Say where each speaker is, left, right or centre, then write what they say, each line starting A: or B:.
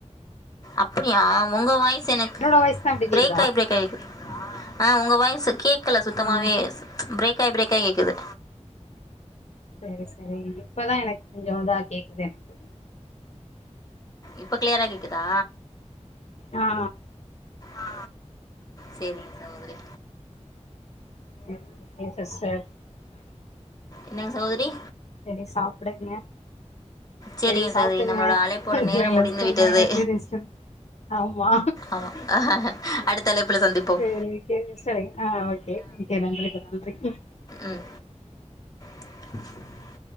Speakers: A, on the left; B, on the left.
A: அப்பிடியா உங்க வாய்ஸ் எனக்கு
B: என்னோட வாய்ஸ் தா அப்டி கேக்குதா
A: பிரேக்காய் பிரேக்காய் கேக்குது. அ உங்க வாய்ஸு கேக் கேக்கல சுத்தமாவே
B: ஆ
A: ப்ச் பிரேக். பிரேக்காய் பிரேக்காய் கேக்குது.
B: சரி சரி இப்பதா எனக் கொஞ்சோ இதா கேக்குது எனக்.
A: இப்ப கிளையரா கேக். க்குதா.
B: ஆ
A: ஆ சேரிங் சகோதரி
B: <unintelligible>
A: என்னங்க சகோதரி.
B: செரி சாப்டுங்க
A: சரிங்க
B: செரி சாப்பிடுங்க
A: சகோதரி நம்மளோட அழைப்போட
B: பிள்ளைங்கள
A: நேரம் முடிந்து
B: ஸ்கூல்க்கு
A: விட்டது
B: அனுப்பி ரெஸ்ட் ஆமா
A: ஆமாம் அடுத்த அழைப்பில் சந்திப்போம்
B: சரிங்க செரி <inaudible> ஆஹ் ஓகே மிக்க நன்றி தோழி நன்றி ம்
A: ம் <inaudible>